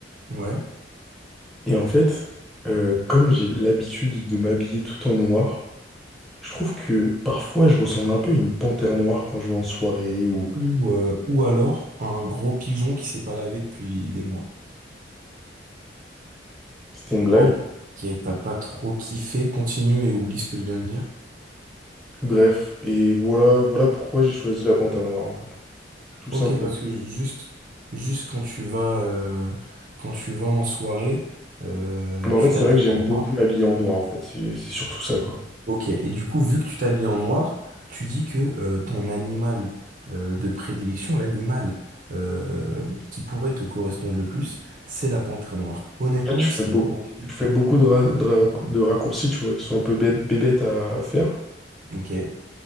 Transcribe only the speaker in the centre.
Et en fait, euh, comme j'ai l'habitude de m'habiller tout en noir, je trouve que parfois je ressemble un peu à une panthère noire quand je vais en soirée ou
c'était une blague.
Bref, et voilà, voilà pourquoi j'ai choisi la panthère noire, en fait. Tout
simplement.
Bah,
en fait, c'est
vrai que j'aime
beaucoup
m'habiller en noir, en fait. C'est c'est surtout ça, quoi.
En fait, je fais
beau.
Je fais beaucoup de, ra- de ra- de raccourcis, tu vois, qui sont un peu bêtes, bébêtes à, à faire.